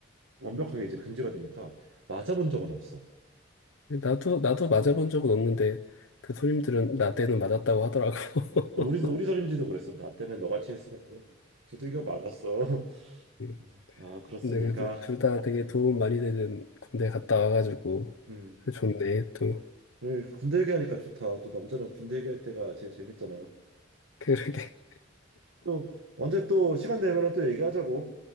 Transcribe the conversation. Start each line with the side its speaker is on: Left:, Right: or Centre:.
Right: 완벽하게 이제 금지가 되니까 맞아본 적은 없어.
Left: 나도, 나도 맞아본 적은 없는데, 그 손님들은 나 때는 맞았다고 하더라고.
Right: 우리도,
Left: <laughs>
Right: 우리 선임지도 그랬어. 나 때는 너같이 했으면 두들겨 맞았어. <laughs>
Left: 음.
Right: 그래서, 아, 그렇습니까?
Left: 근데 그래도 둘 다 되게 도움 많이 되는 군대 갔다 와가지고,
Right: 음.
Left: 그래 좋네, 또. <laughs>
Right: 그래, 군대 얘기하니까 좋다. 또 남자는 군대 얘기할 때가 제일 재밌잖아.
Left: 그러게.
Right: 또 언제 또 시간 되면은 또 얘기하자고.